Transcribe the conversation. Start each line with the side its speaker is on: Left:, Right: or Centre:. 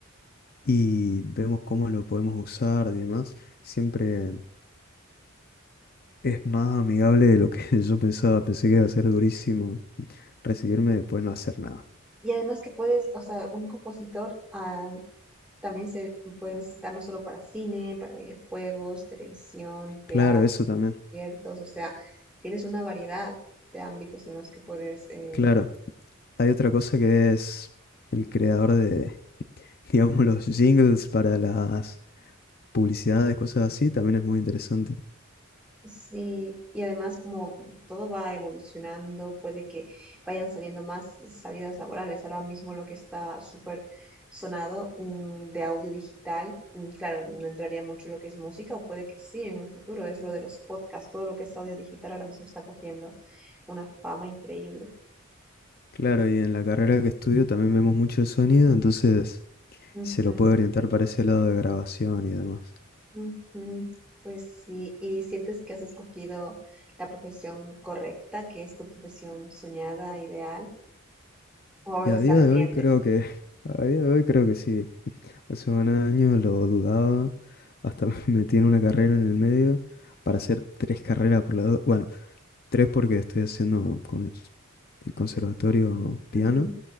Left: y vemos cómo lo podemos usar y demás, siempre es más amigable de lo que <laughs> yo pensaba. Pensé que iba a ser durísimo recibirme y después no hacer nada.
Centre: Y además que puedes, o sea, un compositor ah, también se puede necesitar no solo para cine, para videojuegos, televisión, teatro,
Left: Claro, eso también.
Centre: conciertos, o sea, tienes una variedad de ámbitos en los que puedes eh,
Left: Claro, hay otra cosa que es el creador de, <laughs> digamos, los jingles para las publicidades, cosas así, también es muy interesante.
Centre: Sí, y además como todo va evolucionando, puede que vayan saliendo más salidas laborales. Ahora mismo lo que está súper sonado mm, de audio digital, mm, claro, no entraría mucho lo que es música, o puede que sí en un futuro, es lo de los podcasts, todo lo que es audio digital ahora mismo está cogiendo una fama increíble.
Left: Claro, y en la carrera que estudio también vemos mucho el sonido, entonces
Centre: Ujú,
Left: se lo puede orientar para ese lado de grabación y demás.
Centre: ujú. Pues sí, ¿y sientes que has escogido la profesión correcta, que es tu profesión soñada, ideal, o a
Left: Y
Centre: veces
Left: a día
Centre: te arrepientes?
Left: de hoy creo que, <laughs> a día de hoy creo que sí. Hace un año lo dudaba, hasta <laughs> me metí en una carrera en el medio para hacer tres carreras por lado. Bueno, tres porque estoy haciendo con- en conservatorio piano
Centre: Ujú,